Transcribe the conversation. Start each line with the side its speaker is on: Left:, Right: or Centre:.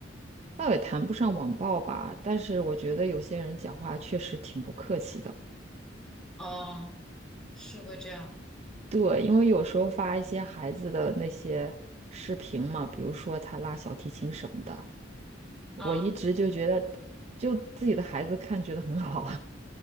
Right: 倒也谈不上网暴吧，但是我觉得有些人讲话确实挺不客气的。
Centre: 哦，是会这样
Right: 对，因为有时候发一些孩子的那些视频嘛，比如说他拉小提琴什么的，我一直就觉得，
Centre: 啊
Right: 就自己的孩子看觉得很好。